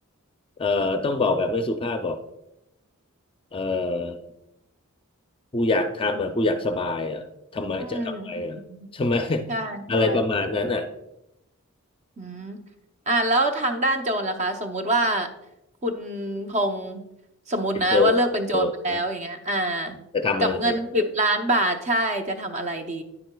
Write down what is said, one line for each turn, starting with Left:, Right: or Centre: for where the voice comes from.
Left: เอ่อต้องบอกแบบไม่สุภาพบอกเอ่อ กูอยากทำอ่ะกูอยากสบายอ่ะทำไมจะทำไมอ่ะใช่ไหม
Right: อืมอืมใช่ใช่
Left: <laughs> อะไรประมาณนั้นอ่ะ
Right: อืมอ่าแล้วทางด้านโจรล่ะคะสมมุติว่าคุณพงษ์สมมุตินะว่าเลือกเป็นโจรไปแล้วอย่างเงี้ยอ่า
Left: เป็นโจรโจรนะจะทำอะไร
Right: กับเงินสิบล้านบาทใช่จะทำอะไรดี